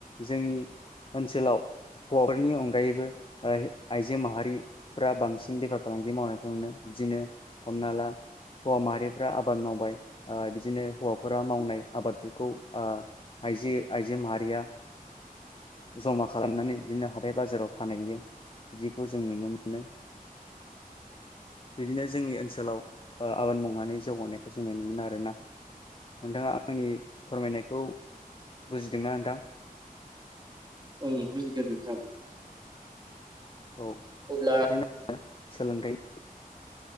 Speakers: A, on the left; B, on the right.
A: जोंनि ओनसोलाव हौवाफोरनि अनगायैबो आइजो माहारिफोरा बांसिन बेफार फालांगि मावनायखौ नुनो बिदिनो हमना ला हौवा माहारिफ्रा आबाद मावबाय बिदिनो हौवाफोरा मावनाय आबादफोरखौ ओ आइजो आइजो माहारिया जमा खालामनानै बिदिनो हाथाय बाजाराव फानहैयो बिदिखौ जों नुनो मोनो, बिदिनो जोंनि ओनसोलाव आबाद मावनानै जौगानायखौ जोङो नुनो मोनो आरोना नोंथाङा, आंनि फोरमायनायखौ बुजिदोंना नोंथां?
B: औ बुजिदों नोंथां।
A: औ बिदिनो
B: अब्ला
A: सोलोंथाइ